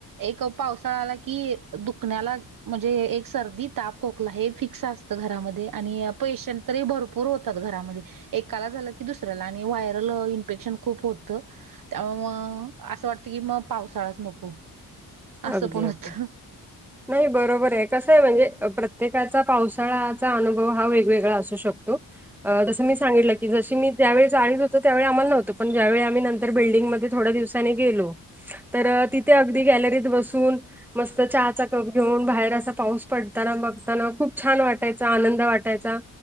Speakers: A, on the right; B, in the centre.
A: एक पावसाळा्याला कि दुखण्याला म्हणजे एक सर्दी ताप खोकला हे फिक्स असतं घरामध्ये आणि पेशंट तरी भरपूर हो घरामध्ये एकाला झालं की दुसऱ्याला आणि व्हायरल इन्फेक्शन खूप होत त्यामुळे मग असं वाटतं की मग पावसाळाच नको असं
B: अगदी
A: पण
B: अगदी
A: होतं
B: नाही बरोबर आहे कसं आहे म्हणजे प्रत्येकाचा पावसाळ्याचा अनुभव हा वेगवेगळा असू शकतो तसं मी सांगित की जशी मी त्यावेळीचाळीत होतो त्यावेळी आम्हाला नव्हतं पण ज्यावेळी आम्ही नंतर बिल्डिंगमध्ये थोडा दिवस. आनी गेलो तर तिथे अगदी गॅलरीत बसून. मस्त चहाचा कप घेऊन बाहेर असा पाऊस पडताना बघताना खूप छान वाटायचा आनंद वाटायचा.